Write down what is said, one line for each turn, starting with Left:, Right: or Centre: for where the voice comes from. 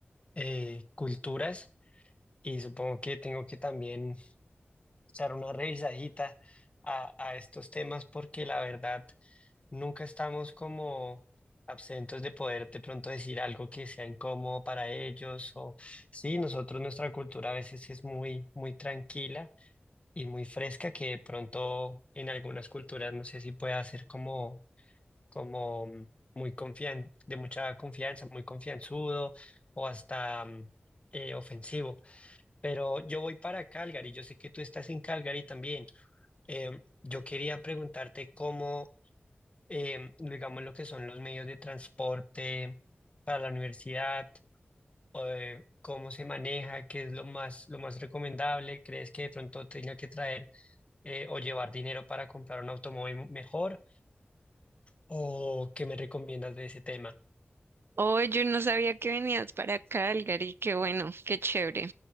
Left: eh, culturas y supongo que tengo que también echar una revisadita a, a estos temas porque la verdad nunca estamos como absentos de poder de pronto decir algo que sea incómodo para ellos o sí, nosotros nuestra cultura a veces es muy muy tranquila y muy fresca que de pronto en algunas culturas no sé si pueda ser como como mm, muy confian de mucha confianza, muy confianzudo o hasta mm, eh, ofensivo. Pero yo voy para Calgary, yo sé que tú estás en Calgary también. Em, yo quería preguntarte cómo eh, digamos, lo que son los medios de transporte para la universidad, eh, cómo se maneja, qué es lo más, lo más recomendable, ¿crees que de pronto tenga que traer eh, o llevar dinero para comprar un automóvil mejor? ¿O qué me recomiendas de ese tema?
Right: Oh, yo no sabía que venías para Calgary, qué bueno, qué chévere.